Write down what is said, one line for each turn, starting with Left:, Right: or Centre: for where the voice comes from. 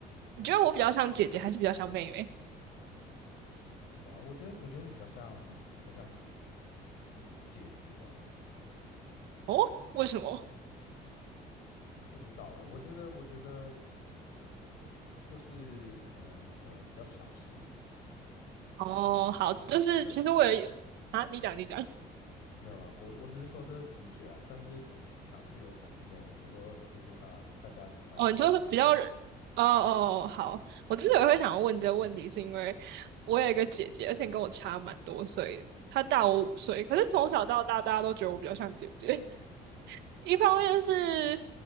Right: 你觉得我比较像姐姐，还是比较像妹妹？
Left: 不知道，我觉得我觉得你比较像比较像姐姐吧。
Right: 哦，为什么？
Left: 不知道哎、我觉得，我觉得就是可能可能比较强势一点，
Right: 哦，好，就是其实我也有啊，
Left: 但是但
Right: 你讲，你讲。
Left: 没有啦，我我只是说这是直觉啊，但是强势有可能是妹的，比如说就是啊、大家比较让着他这样。
Right: 哦，你就是比较，哦哦，哦好，我之所以会想要问这个问题，是因为我有一个姐姐，而且跟我差蛮多岁，她大我五岁，可是从小到大，大家都觉得我比较像姐姐。<laughs> 一方面是，